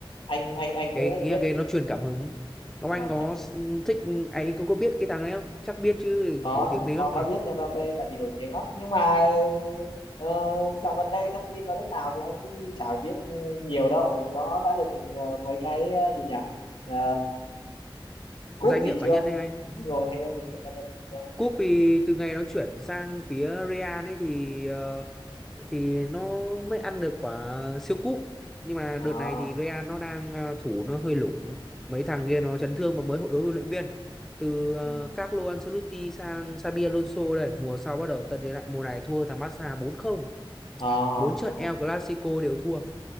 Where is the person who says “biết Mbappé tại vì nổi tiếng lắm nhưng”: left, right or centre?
Left